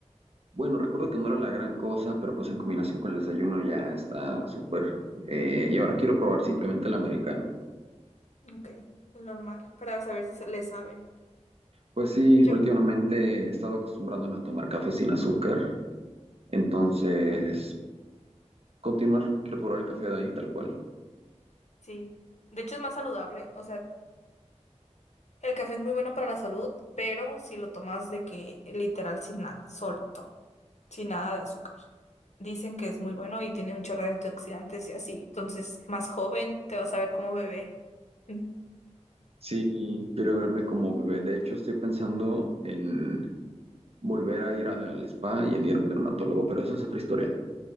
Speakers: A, on the right; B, on the left.
A: Bueno, recuerdo que no era la gran cosa, pero pues en combinación con el desayuno ya está súper. Eh, y ahora quiero probar simplemente el americano.
B: Ok, el normal, para saber si sa- le saben.
A: Pues sí,
B: De hecho,
A: últimamente he estado acostumbrándome a tomar café sin azúcar, entonces continuar, quiero probar el café de ahí tal cual.
B: sí. De hecho es más saludable. O sea, el café es muy bueno para la salud, pero si lo tomas de que literal sin nada, solto, sin nada de azúcar. Dicen que es muy bueno y tiene un chorro de antioxidantes y así. Entonces, más joven, te vas a ver como bebé. <laughs>
A: Sí, quiero verme como bebé. De hecho, estoy pensando en volver a ir al spa y en ir a un dermatólogo, pero eso es otra historia.